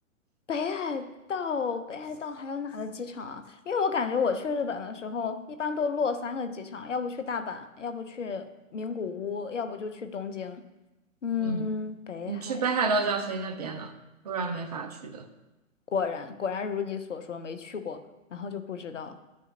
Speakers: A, on the left; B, on the right.
A: 北海道北海道还有哪个机场啊？因为我感觉我去日本的时候一般都落三个机场，要不去大阪，要不去名古屋，要不就去东京。嗯，
B: 嗯，
A: 北海
B: 你去北海道就要飞那边了，不然没法去的。
A: 果然果然如你所说没去过，然后就不知道